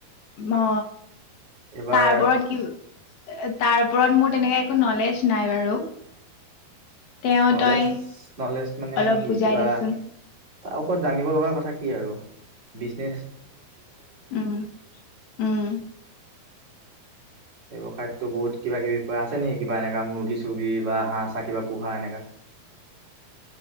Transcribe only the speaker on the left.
অ
তাৰপৰত কি। তাৰ ওপৰত মোৰ তেনেকে একো নলেজ নাই বাৰু। তেওঁ
তই
অলপ
বুজাই
দে চোন
উম উম